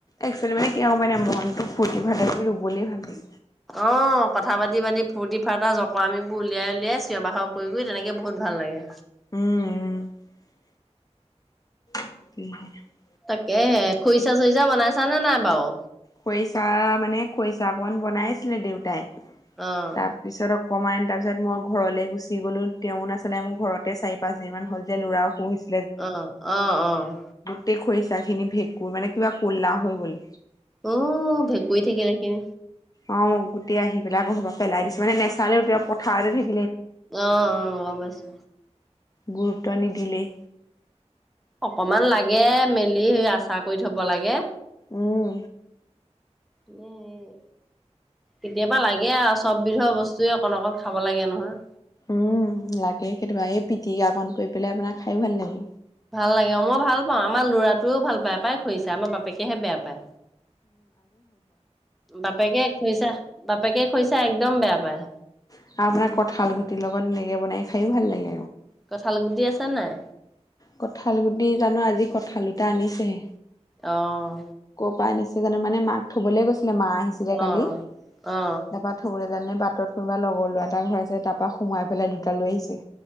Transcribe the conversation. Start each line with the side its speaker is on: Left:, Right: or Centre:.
Left: এক্সুৱেলি মানে কি গম পাইনে মনটো ফূৰ্তি-ফাৰ্তা কৰি ৰুবলেই ভাল লাগে।
Centre: অ, কথা পাতি পাতি, ফুৰ্তি-ফাৰ্তা, জকৰামিবোৰ উলিয়াই উলিয়াই, চিঞৰ-বাখৰ কৰি কৰি তেনেকে বহুত ভাল লাগে।
Left: উম, উম। <unintelligible>
Centre: তাকে হে খুৰিচা- চুৰিচা বনাইছা নে নাই বাৰু।
Left: খৰিচা মানে খৰিচা কণ বনাইছিলে দেউতাই,
Centre: অ'
Left: তাৰপিছত। কমাইন তাৰ পিছত মই ঘৰলৈ গুচি গ'লো তেওঁ নাচেলে মোৰ ঘৰতে চাৰি পাঁচ দিন মান হ'ল যে ল'ৰাও অসুস হৈছিল।
Centre: আহ' আহ' অ'।
Left: গোট খৰিচা খিনি ভেঁকুৰ মানে কিবা কলা হৈ গ'ল।
Centre: উ, ভেকুৰী থাকিলে।
Left: অ' মই গোটেই আহি পাই আকৌ পেলাই দিছো মানে নেচালে পথাৰতে থাকি
Centre: আহ, অ' গ'ম পাইছো।
Left: গুৰুত্ব নিদিলেই।
Centre: অকমান লাগে মেলি আচাৰ কৰি থব লাগে।
Left: উম।
Centre: উম, উম। কেতিয়াবা লাগে আৰু চ'ব বিধৰ বস্তুৱে অকণ- অকণ খাব লাগে নহয়।
Left: উম, লাগে কেতিয়াবা এই পিটিকা কণ কৰি পেলাই আপোনাক খাইও ভাল লাগে।
Centre: ভাল লাগে, মই ভাল পাওঁ, আমাৰ ল'ৰাটোৱেই ভাল পায় পাই খুৰিছা। আমাৰ বাপেকেহে বেয়া পায়। বাপেকে খৰিছা। বাপেকে খৰিছা। এক একদম বেয়া পায়।
Left: আৰু আপোনাৰ কঁঠাল গুটিৰ লগত এনেকে বনাই খায়ো ভাল লাগে।
Centre: কঁঠাল গুটি আছে নে নাই।
Left: কঁঠাল গুটি জানো আজি কঁঠাল দুটা আনিছেহে।
Centre: আহ
Left: কৰপৰা আনিছে জানো মানে মাক থ'বলৈ গৈছিলে মা আহিছিলে
Centre: অ
Left: কালি তাৰাপা
Centre: অ অ
Left: থ'বলৈ যাওতে বাট বাটত কোনোবা লগৰ ল'ৰাৰ এটা ঘৰ আছে তাৰপৰা সোমাই পেলাই দুটালৈ আহিছে।